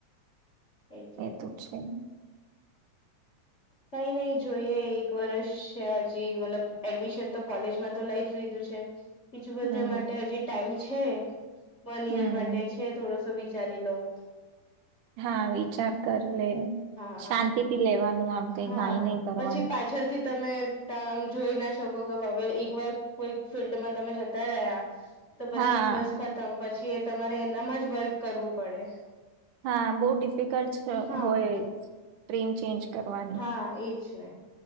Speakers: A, on the left (about 30°); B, on the right (about 80°).
A: એટલે
B: એ તો છે
A: કઈ નઈ જોઈએ એક વર્ષ છે હજી મતલબ એડમિશન તો કોલેજમાં તો લઈ જ લીધું છે બીજું
B: હમ
A: બધા માટે હજી ટાઈમ છે વન
B: હમ
A: યર માટે છે થોડોસો વિચારી લઉવં
B: હા વિચાર કર લે
A: હા
B: શાંતિથી લેવાનું આમ કઈ
A: હા
B: ઘાઈ નહી કરવાની
A: પછી પાછળથી તમે ત જોઈ ના શકો કે ભવે એક વાર કોઈ ફિલ્ડમાં તમે જતા રહ્યા તો પછી
B: હા
A: બસ ખતમ પછી એ તમારે એનામાં જ વર્ક કરવું પડે
B: હા બહુ ડિફિકલ્ટ છે
A: હા
B: હોય ટ્રીમ ચેન્જ કરવાની
A: હા એજ ને